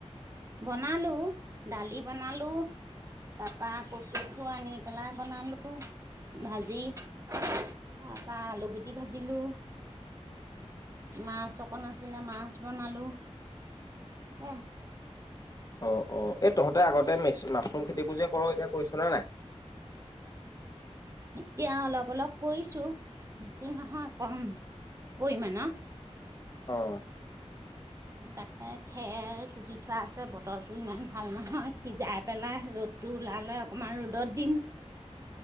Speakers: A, on the right (about 25°); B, on the left (about 30°).
A: বনালো দালি বনালো তাৰ পৰা কচুঠু আনি পেলাই বনালো ভাজি তাৰ পৰা আলু গুটি ভাজিলো মাছ অকণ আছিলে মাছ বনালো হ
B: অ অ এই তহঁতে আগতে মাছৰুম খেতিবো এতিয়া কৰিছ নে নাই
A: এতিয়া অলপ অলপ কৰিছো বেছি নহয় কম পৰিমাণৰ
B: অ ।
A: তাকে খেৰ কুটি থোৱা আছে বতৰটো ইমান ভাল নহয় সিজাই পেলাই ৰ'দটো ওলালে অকমান ৰ'দত দিম।